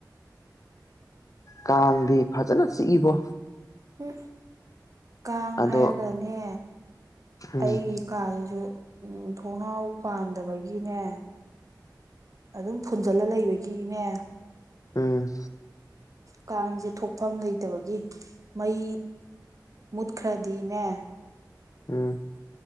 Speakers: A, on the left; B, on the right.
A: ꯀꯥꯡꯗꯤ ꯐꯖꯅ ꯆꯤꯛꯏꯕꯣ
B: ꯎ ꯀꯥꯡ
A: ꯑꯗꯣ
B: ꯍꯥꯏꯔꯒꯅꯦ
A: ꯎꯝ
B: ꯑꯩ ꯀꯥꯁꯤꯁꯨ ꯊꯣꯡꯅꯥꯎ ꯄꯥꯟꯗꯕꯒꯤꯅꯦ ꯑꯗꯨꯝ ꯐꯨꯟꯖꯜꯂ ꯂꯩꯕꯒꯤꯅꯦ
A: ꯎꯝ
B: ꯀꯥꯡꯁꯦ ꯊꯣꯛꯐꯝ ꯂꯩꯇꯕꯒꯤ ꯃꯩ ꯃꯨꯠꯈ꯭ꯔꯗꯤꯅꯦ
A: ꯎꯝ